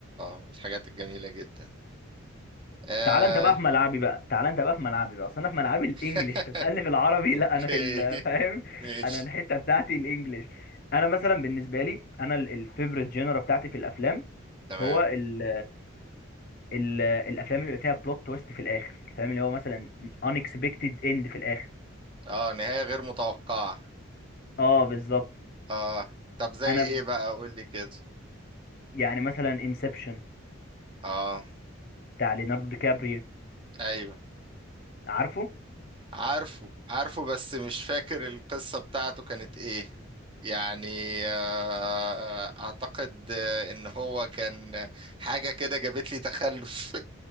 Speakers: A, on the right; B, on the left.
A: من الحاجات الجميلة جدا آه
B: تعالى انت بقى في ملعبي بقى تعالى انت بقى في ملعبي بقى اصل انا في ملعبي الانجليش
A: <laughs>
B: انت بتسالني في العربي
A: اوكي
B: لا انا في ال- <laughs> فاهم
A: ماشي
B: انا الحته بتاعتي الانجليش انا مثلا بالنسبه لي انا الفيفوريت جينرا بتاعتي في الافلام
A: تمام
B: هو ال ال الافلام اللي بيبقى فيها بلوت تويست في الاخر الفيلم اللي هو مثلا unexpected end في الاخر
A: اه نهاية غير متوقعة
B: اه بالظبط
A: اه طب زي
B: انا
A: ايه
B: ب-
A: بقى قول لي كده
B: يعني مثلا انسبشن
A: اه
B: بتاع ليوناردو دي كابريو
A: ايوه
B: عارفه
A: عارفه عارفه بس مش فاكر القصة بتاعته كانت ايه يعني آه، آه، اعتقد آه، ان هو كان حاجة كده جابت لي تخلف